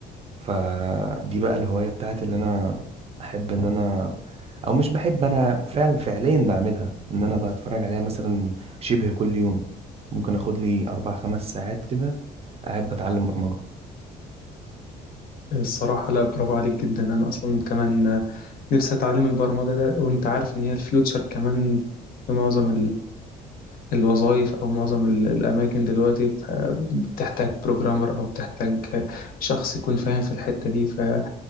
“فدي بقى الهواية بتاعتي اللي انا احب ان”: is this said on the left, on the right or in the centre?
Right